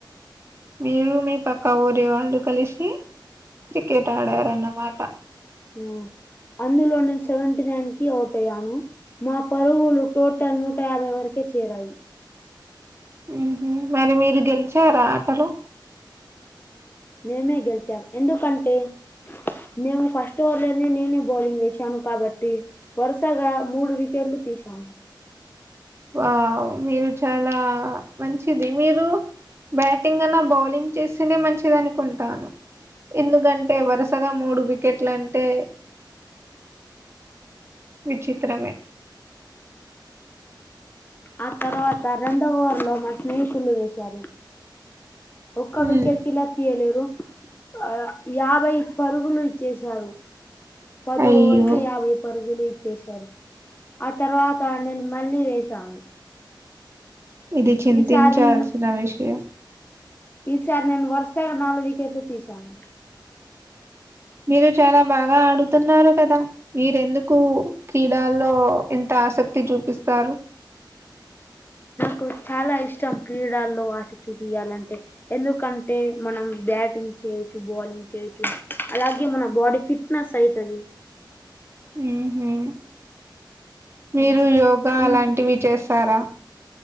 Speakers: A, on the right (about 30°); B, on the left (about 25°).
A: మీరు మీ పక్క ఊరి వాళ్ళు కలిసి క్రికెట్ అడారన్నమాట
B: ఉ అందులో నేను సెవెంటీ నైన్ కి అవుట్ అయ్యాను మా పరువులు టోటల్ నూట యాభై వరకి చేరాయి
A: ఉహు మరి మీరు గెలిచార ఆటలు
B: మేమే గెలిచాం ఎందుకంటే నేను ఫస్ట్ ఓవర్ లోనే నేనే బౌలింగ్ చేసాను కాబట్టి వరుసగా మూడు వికెట్లు తీ చా
A: వా మీరు చాలా మంచిది మీరు బ్యాటింగ్ అన్నా బౌలింగ్ చేస్తేనే మంచిది అనుకుంటాను ఎందుకంటే వరుసగా మూడు వికెట్లంటే విచిత్రమే
B: ఆ తర్వాత రెండవ ఓవర్లో మా స్నేహితులు వేశారు ఒక్క
A: ఉమ్
B: వికెట్ కిలా తీయలేరు ఆ యాభై పరుగులు ఇచ్చేసారు పది
A: అయ్యో
B: వరుకు యాభై పరుగులీ తీశారు ఆ తర్వాత నేను మళ్ళీ వేశాను
A: ఇది చింతించాల్సిన
B: ఈసారి
A: విషయం
B: ఈసారి నేను వరుసగా నాలుగు వికెట్లు తీశాను
A: మీరు చాలా బాగా ఆడుతున్నారు కదా మీరెందుకు క్రీడాల్లో ఇంత ఆసక్తి చూపిస్తారు
B: కు చాలా ఇష్టం క్రీడల్లో ఆశ చూపియాలంటే ఎందుకంటే మనం బ్యాటింగ్ చేయొచ్చు బౌలింగ్ చేయొచ్చు అలాగే మన బాడీ ఫిట్నెస్ అయితది
A: ఉహు మీరు
B: ఉమ్.
A: యోగా అలాంటివి
B: ఇంకా
A: చేస్తారా